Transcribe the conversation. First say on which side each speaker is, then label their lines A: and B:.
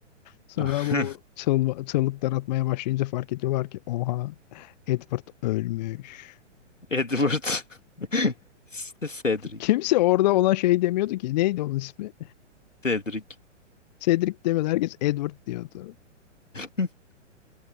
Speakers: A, on the left; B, on the left.
A: Sonra
B: <laughs>
A: bu o çığlık, çığlıklar atmaya başlayınca fark ediyorlar ki oha Edward ölmüş.
B: Edward. <laughs> Cedric.
A: Kimse orada olan şey demiyordu ki. Neydi onun ismi?
B: Cedric.
A: Cedric demiyordu. Herkes Edward diyordu.
B: <laughs>